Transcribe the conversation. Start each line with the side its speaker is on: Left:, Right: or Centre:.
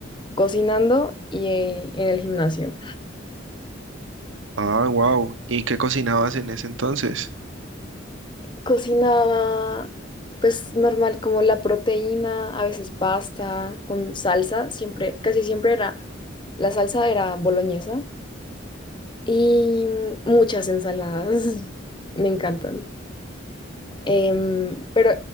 Left: cocinando y eh, en el gimnasio.
Right: Ah, wow. ¿Y qué cocinabas en ese entonces?
Left: Cocinaba, pues normal, como la proteína, a veces pasta con salsa, siempre, casi siempre era, la salsa era boloñesa y muchas ensaladas, <laughs> me encantan. Em, pero